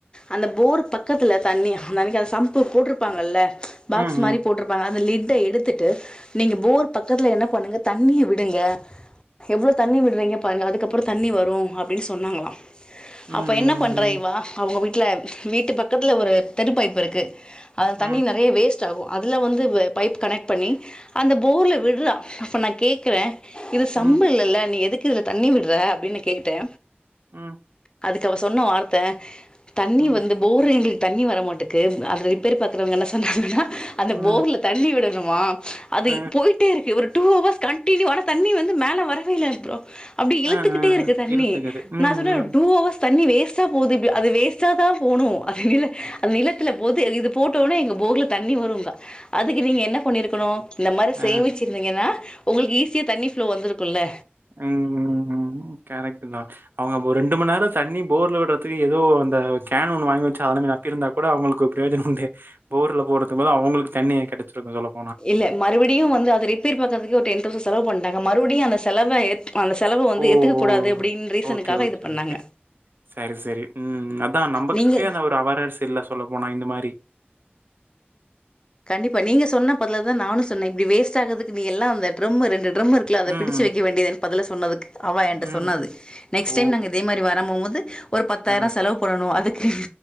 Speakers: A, on the left; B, on the right.
A: அந்த போர் பக்கத்துல தண்ணி அந்த அன்னிக்கு <unintelligible> சம்பு போட்று ப்பாங்கல்ல பாக்ஸ்
B: ம்ஹ்ம்
A: மாதிரி போட்டிருப்பாங் அந்த லிட்ட எடுத்துட்டு நீங்க போர் பக்கத்தில்ல என்ன பண்ணுங்க தண்ணிய விடுங்க எவ்ளோ தண்ணி விடுறீங்க பாருங்க அதுக்கப்பறம் தண்ணி வரும் அப்டின்னு சொன்னாங்
B: ம்
A: அப்ப என்ன பண்றய்வா
B: ம்
A: அவங்க விட் ல வீட்டு பக்கத்துல ஒரு தெரு பைப்பு இருக்கு அது
B: ம்
A: தண்ணி
B: ம்
A: நிறைய வேஸ் ஆகும் அதுல வந்து பைப் கனெக்ட் பண்ணி அந்த போர்ல விடுற நா கேக்குறேன் இது
B: ம்
A: சம்ப இல்லல நீ எதுக் கக்கு இதுல தண்ணி விடுற அப்டின்னு நா கேட்டே
B: ம்
A: அதுக்கு அவ சொன்ன வார்த்த தண்ணி
B: ம்
A: வந்து போரிங் தண்ணி வர மாட்டுக்கு தெருப் பத்ரவங்க <unintelligible> <unintelligible> அந்த
B: ம்
A: போர்ல தண்ணி விட ல்லவா அதி
B: அ
A: போயிட்டே இருக்கு இவரு டூ அவொஸ் கண்டினியூ ஆனா தண்ணி வந்து மேல வரவேல இல்ல ப்ரோ அப்டி இழுத்துக்கிட்டே
B: அ அ
A: இருக்கு தண்ணீ.
B: இழுத்துக்குது ம்
A: நா சொன்னே
B: ம்
A: டூ அவர்ஸ் தண்ணி வேஸ்ட்டா போது இப் அது வேஸ்ட்டா தா போனூ அது இல்ல அது நிலத்துல போது இது போட்டோன எங்க ஃபோர்ல தண்ணி வருங்கா அதுக்கு நீங்க என்ன பண்ணியிருக்கணு இந்த மாரி
B: அ
A: சேமிச்சிருந்தீங்கனா உங்களுக் ஈஸிய தண்ணி ஃப்ளோ வந்துருக் புள்ள
B: ம் ம் ம் கரக்டு தா அவங்க ஒர் ரெண்டு மண் நேர தண்ணி போர்ல வுடுறத்து ஏதோ அந்தா கேன் ஒன்னு வாங்கி வச்ச அதெல்லாமே நப்பிருந்தா கூட அவங்ளுக்கு ப்ரியோஜனம் உண்டே. போர்ல போடுறதுக் பலா அவங்களுக் தண்ணியை கிடச்சிருக்கும் சொல்லப்
A: இல்லெ மறுவுடியு வந்து அத ரிப்பேர் பாக்கிறதுக்கே ஒரு டென் தௌசண் செலவு பண்டாங்க. மறுவுடியு அந்த செலவ ஏத் அந்த செலவ வந்து
B: ஓ
A: ஏத்துக்க
B: ஓ
A: கூடாது அப்டின்னு ரீசனுக்காக
B: ஓகே ஓகே
A: இது பண்ணாங்க
B: ஓகே சரி சரி உம் அதா நம்பகிட்டய
A: நீங்க
B: அந்த ஒரு அவர்நஸ் இல்ல சொல்ல போனா இந்த மாரி
A: கண்டிப்பா நீங்க சொன்ன பர்லதா நானு சொன்னே இப்டி வேஸ்ட் ஆகதுக்கு நீ எல்லாந்த டிரம் ரெண்டு ட்ரம் இருக்ல அத
B: ம்,
A: பிடிச்சு வைக்க வேண்டியதுதனெ பதல சொன்னதுக்கு அவா என்ட
B: ம்.
A: சொன்னாது நெக்ஸ்ட்
B: ஓ!
A: டெய்ம் நங்க இதே மாரி வரமொமோது ஒரு பத்தாயிர
B: அ.
A: செலவு பண்ணனூ அதுக்கு